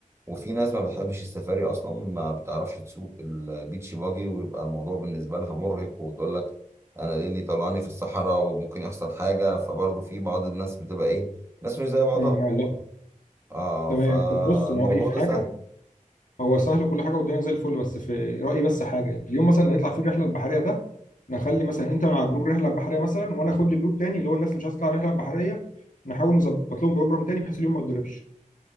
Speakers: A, on the right (about 20°); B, on the left (about 75°).
A: وفي ناس ما بتحبش السفاري اصلا ما بتعرفش تسوق البيتش باجي ويبقى الموضوع بالنسبه لها مرهق وتقول لك انا ليه اللي طلعني في الصحراء وممكن يحصل حاجه فبرضه في بعض الناس بتبقى ايه ناس مش زي بعضها
B: أمم، لا
A: اه
B: تمام
A: فالموضوع
B: طب بص انا رايي في
A: ده سهل
B: حاجه هو سهل وكل حاجه والدنيا زي الفل بس في رايي بس حاجه اليوم مثلا اللي هيطلع فيه الرحله البحريه ده نخلي مثلا انت مع جروب رحله بحريه مثلا وانا اخد لي جروب تاني اللي هو الناس اللي مش عايزه تطلع رحله بحريه نحاول نظبط لهم بروجرام تاني بحيث اليوم ما يتضربش